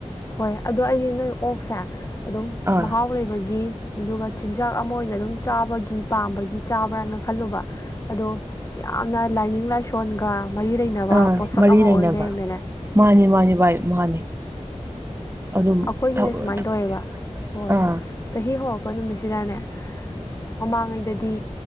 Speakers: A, on the left; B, on the right.
A: ꯍꯣꯏ ꯑꯗꯣ ꯑꯩꯁ ꯅꯣꯏ ꯑꯣꯛꯁꯦ ꯑꯗꯨꯝ
B: ꯑꯥ ꯑꯥ
A: ꯃꯍꯥꯎ
B: ꯌꯦꯟ ꯄꯥꯝꯕꯒꯤ
A: ꯂꯩꯕꯒꯤ ꯑꯗꯨꯒ ꯆꯤꯟꯖꯥꯛ ꯑꯃ ꯑꯣꯏꯅ ꯑꯗꯨꯝ ꯆꯥꯕꯒꯤ ꯄꯥꯝꯕꯒꯤ ꯆꯥꯕ꯭ꯔꯅ ꯈꯜꯂꯨꯕ ꯑꯗꯣ ꯌꯥꯝꯅ ꯂꯥꯏꯅꯤꯡ ꯂꯥꯏꯁꯣꯟꯒ ꯃꯔꯤ ꯂꯩꯅꯕ
B: ꯑꯥ
A: ꯄꯣꯠꯁꯛ
B: ꯃꯔꯤ
A: ꯑꯃ
B: ꯂꯩꯅꯕ
A: ꯑꯣꯏ ꯂꯩꯔꯝꯃꯦꯅꯦ
B: ꯃꯥꯅꯤ ꯃꯥꯅꯤ ꯚꯥꯏ ꯃꯥꯅꯤ ꯑꯗꯨꯝ
A: ꯑꯩꯈꯣꯏꯒꯤꯅꯦ
B: ꯊ-
A: ꯁꯨꯃꯥꯏꯅ
B: ꯊ-
A: ꯇꯧꯋꯦꯕ
B: ꯑꯩꯈꯣꯏꯒꯤꯅ ꯁꯨꯃꯥꯏꯅ
A: ꯍꯣꯏ
B: ꯇꯧꯋꯦꯕ ꯑꯥ
A: ꯆꯍꯤ ꯍꯧꯔꯛꯄ ꯅꯨꯃꯤꯠꯁꯤꯗꯅꯦ ꯃꯃꯥꯡꯉꯩꯗꯗꯤ